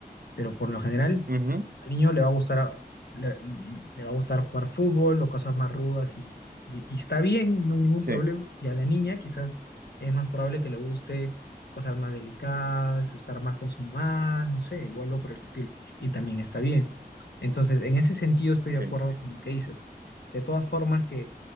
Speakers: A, on the left; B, on the right.
A: pero por lo general
B: Ujú,
A: al niño le va a gustar, le, le va a gustar jugar fútbol o cosas más rudas y, y- y está bien, no hay ningún
B: sí.
A: problema. Y a la niña quizás es más probable que le guste cosas más delicadas, estar más con su mamá, no sé, igual o algo por el estilo. Y también está bien. Entonces, en ese sentido estoy de
B: Sí.
A: acuerdo con lo que dices. De todas formas, que